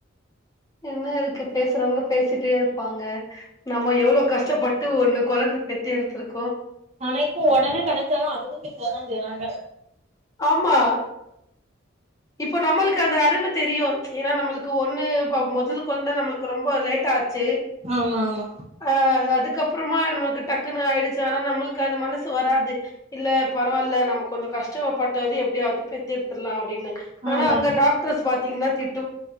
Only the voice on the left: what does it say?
என்ன இருக்கு பேசுறவங்க பேசிட்டே இருப்பாங்க நம்ம எவ்ளோ கஷ்டப்பட்டு ஒன்னு கொழந்த பெத்து எடுத்துருக்
ஆமா இப்போ நம்மளுக்கு அந்த அருமத் தெரியு ஏன்னா நம்மளுக்கு ஒன்னு வ மொதல் கொழந்த நம்ளுக்கு ரொம்ப லேட் ஆச்சு
ஆ அதுக்கப்றமா நமக்கு டக்குன்னு ஆயிடுச்சு ஆனா நம்மளுக்கு அது மனசு வராது இல்ல பரவால்ல நம்ம கொஞ்சோ கஷ் ச்சவப்பட்டாது எப்டியாவது பெத்தெடுத்துட்லா அப்டின்னு ஆனா
அங்க டாக்டர்ஸ் பாத் த்தீங்கன்னா திட்